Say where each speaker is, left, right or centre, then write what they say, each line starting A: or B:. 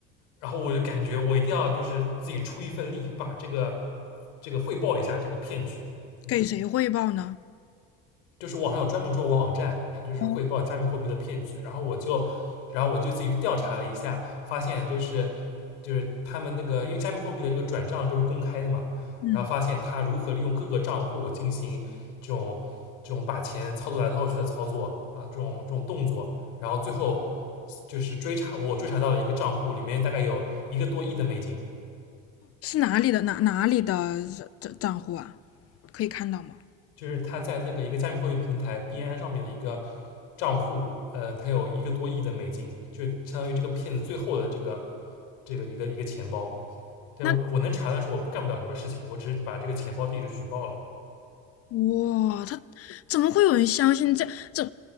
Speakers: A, on the left; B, on the left.
A: 然后我就感觉我一定要就是自己出一份力，把这个这个汇报一下这个骗局。嗯。
B: 给谁汇报呢？
A: 就是网上有专门做网站，就是汇报加密货币的骗局。
B: 哦，
A: 然后我就，然后我就自己去调查了一下，发现就是就是他们那个，因为加密货币的这个转账都是公开的嘛，
B: 嗯，
A: 然后发现他如何利用各个账户进行这种这种把钱操作来操作去的操作啊，这种这种动作，然后最后就是追查，我追查到了一个账户里面大概有一个多亿的美金。
B: 是哪里的哪哪里的账账户啊？可以看到吗？
A: 就是他在那个一个加密货币平台币安上面的一个账户，呃，他有一个多亿的美金，就相当于这个骗子最后的这个这个一个一个钱包。但我我能查，
B: 那
A: 但是我干不了什么事情，我只是把这个钱包地址举报了。
B: 哇，他怎么会有人相信这这？